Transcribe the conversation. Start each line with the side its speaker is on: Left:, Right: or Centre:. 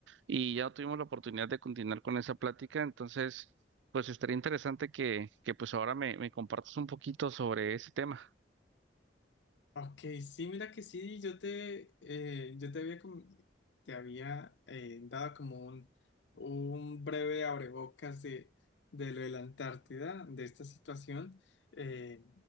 Right: y ya no tuvimos la oportunidad de continuar con esa plática. Entonces, pues estaría interesante que, que pues ahora me, me compartas un poquito sobre ese tema.
Left: Ok, sí, mira que sí, yo te, eh, yo te había, com- te había eh, dado como un, un breve abrebocas de, de lo de la Antártida, de esta situación, eh,